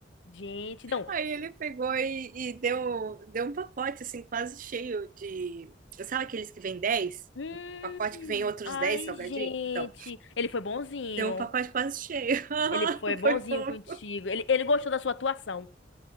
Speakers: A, on the left; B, on the right.
A: Gente, não.
B: Aí ele pegou e, e deu, deu um pacote, assim, quase cheio de. Sabe aqueles que vem dez
A: Hum,
B: Pacote que vem outros
A: ai,
B: 10 salgadinho?
A: gente.
B: Então,
A: Ele foi bonzinho.
B: deu um pacote quase cheio. <laughs>
A: Ele foi bonzinho
B: Foi fofo.
A: contigo. Ele, ele gostou da sua atuação.